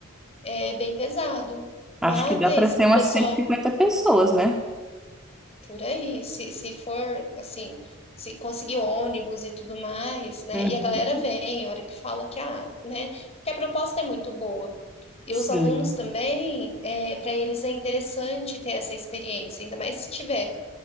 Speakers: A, on the left; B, in the centre.
A: é bem pesado. Mas
B: Acho que dá pra ser
A: o
B: umas
A: pessoal
B: cento e cinquenta pessoas, né?
A: por aí, se, se for assim, se conseguir ônibus e tudo mais, né?
B: Uhum.
A: E a galera vem, a hora que fala que, ah, né? Que a proposta é muito boa. E
B: Sim,
A: os alunos também, para eles é interessante ter essa experiência, ainda mais se tiver